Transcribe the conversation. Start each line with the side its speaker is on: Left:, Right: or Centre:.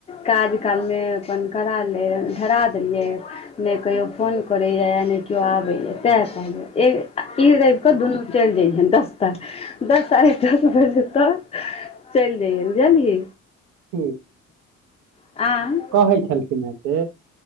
Left: काज काल मे अपन करा ल धरा देलिये ने कहियो फोन करेए ने केओ आबेए ते कह ई रविक दुनू छ्ले जाइ हेन दस्तटा दस साढ़े दस बजे तक चेल जइये है बुझलहि
Right: ठीक
Left: आऽ
Right: कहे छलखिन हे से